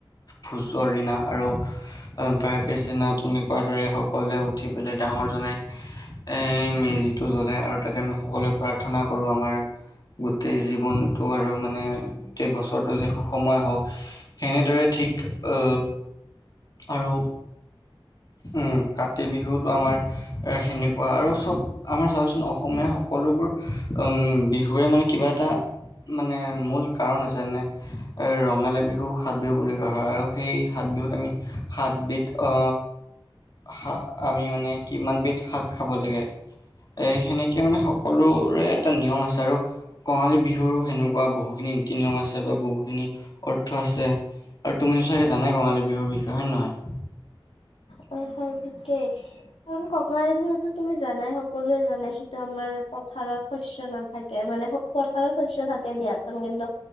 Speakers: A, on the left; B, on the left.
A: ভোজৰ দিনা আৰু <unintelligible> তাৰে পিছদিনা তুমি কোৱাৰ দৰে সকলোৱে উঠি পেলাই ডাঙৰ জনাই এ মেজিটো জ্বলাই আৰু তাকে আমি সকলোৱে প্ৰাৰ্থনা কৰো আমাৰ গোটেই জীৱনটো আৰু মানে গোটেই বছৰটো যে সুষময় হওক। সেনেদৰে ঠিক অ, আৰু উম, কাতি বিহুতটো আমাৰ সেনেকুৱা আৰু চব আমাৰ চাবাচোন অসমীয়া সক সকলোবোৰ বিহুৰে মানে কিবা এটা মানে মূল কাৰণ আছে যে নে ৰঙালী বিহু সাত বিহু বুলি কোৱা হয় আৰু সেই সাত বিহুত আমি সাতবিধ অ, শা আমি মানে কিমানবিধ শাক খাব লাগে এ সেনেকে মানে সকলোৰে এটা নিয়ম আছে আৰু কঙালী বিহুৰো সেনেকুৱা বহুখিনি নীতি নিয়ম আছে বা বহুখিনি অৰ্থ আছে। আৰু তুমিতো চাগে জানে কঙী বিহুৰ বিষয়ে হয় নে নহয়।
B: হয় - হয় তিকেই কাৰণ কঙালী বিহুটো তুমি জানাই সকলোৱে জানেই। সেইটো আমাৰ পথাৰত শস্য নাথাকে মানে পথাৰত শস্য থাকে দিয়াচোন কিন্তু